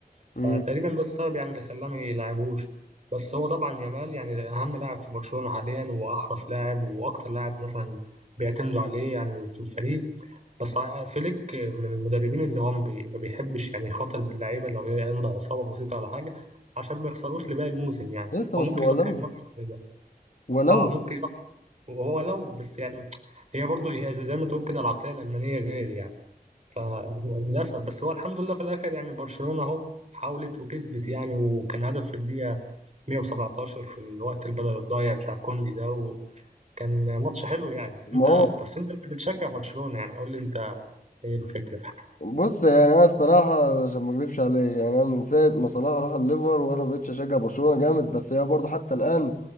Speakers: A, on the right; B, on the left.
A: فتقريبا
B: امم
A: ده السبب يعني اللي خلاه ما يلعبوش بس هو طبعا يامال يعني اهم لاعب في برشلونة حاليا واحرف لاعب واكتر لاعب مثلا بيعتمدوا عليه يعني في الفريق بس فليك من المدربين اللي هم بي ما بيحبش يعني يخاطر باللعيبه لو هي عندها اصابه بسيطه ولا حاجه عشان ما يخسروش لباقي الموسم يعني
B: يا اسطى
A: هو
B: بس
A: ممكن
B: ولو
A: يضحي بماتش زي ده
B: ولو
A: اه ممكن يضحي هو لو بس يعني هي برضه هي زي زي ما تقول كده العقليه الالمانيه غير يعني فللأسف بس هو الحمد لله في الآخر يعني برشلونة أهو حاولت وكسبت يعني وكان هدف في الدقيقة 117 في الوقت البدل الضايع بتاع كوندي ده وكان ماتش حلو يعني أنت
B: ما هو
A: بس أنت مش بتشجع برشلونة يعني قول لي أنت إيه الفكرة؟
B: بص يعني انا الصراحه عشان ما اكذبش عليك يعني انا من ساعه ما صلاح راح الليفر وانا بقيتش اشجع برشلونه جامد بس هي برضه حتى الان